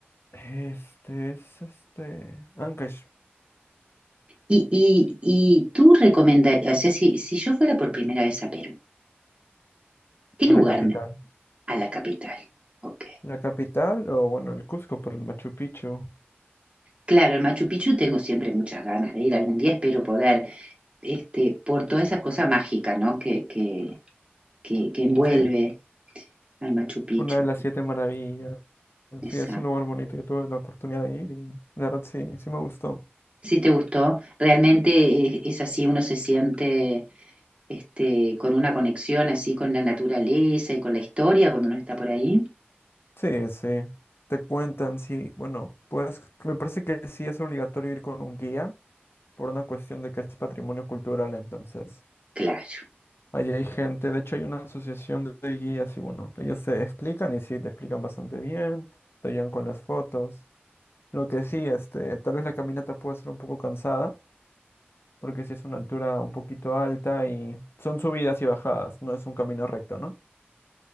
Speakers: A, on the left; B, on the right.
A: Este es este Ancash,
B: Y, y, y tú recomendarías, o sea, si, si yo fuera por primera vez a Perú, ¿qué
A: a
B: lugar
A: la capital.
B: me- a la capital? Ok.
A: La capital, o bueno, el Cusco por el Machu Picchu.
B: Claro, el Machu Picchu tengo siempre muchas ganas de ir, algún día espero poder, este, por toda esa cosa mágica, ¿no? Que, que, que, que envuelve.
A: Sí.
B: al Machu Picchu.
A: Una de las siete maravillas.
B: Exacto.
A: Sí, es un lugar bonito. Yo tuve la oportunidad de ir y la verdad sí, sí me gustó.
B: Sí te gustó. Realmente es, es así, uno se siente este, con una conexión así con la naturaleza y con la historia cuando uno está por ahí.
A: Sí, sí. Te cuentan, sí. Bueno, pues me parece que sí es obligatorio ir con un guía por una cuestión de que es patrimonio cultural. Entonces,
B: Claro,
A: allí hay gente. De hecho, hay una asociación de de guías y bueno, ellos te explican y sí, te explican bastante bien. Te ayudan con las fotos. Lo que sí, este, tal vez la caminata puede ser un poco cansada. porque sí es una altura un poquito alta y son subidas y bajadas, no es un camino recto, ¿no?